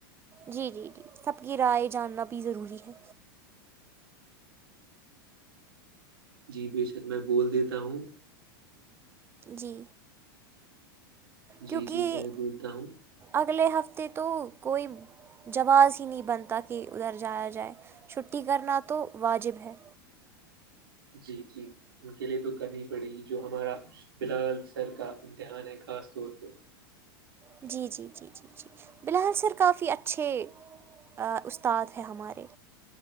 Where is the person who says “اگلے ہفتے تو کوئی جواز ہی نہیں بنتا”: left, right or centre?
Right